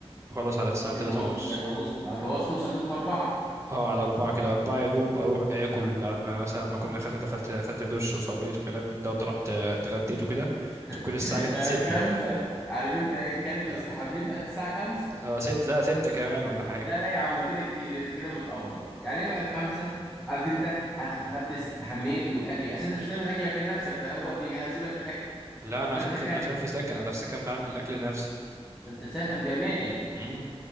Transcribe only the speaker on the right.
اخلص على الساعة 3
ونص
اه على أربعة كده أربعة يا دوب أروح آكل لغاية ما مثلا ما أكون أخدت دخلت أخدت دش وصليت وكلام من ده وطلعت آه، اتغديت وكده تكون
الساعة جت
ستة
اه
آه، ست لا ستة كمان ولا حاجة
لا أنا
عشان
في عشان في سكن أنا في سكن بعمل الأكل لنفسي
مم.